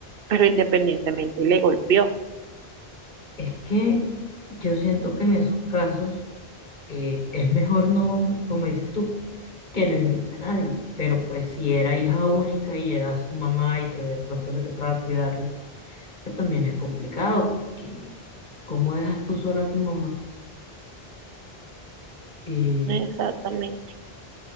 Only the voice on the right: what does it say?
pero independientemente le golpeó.
Exactamente.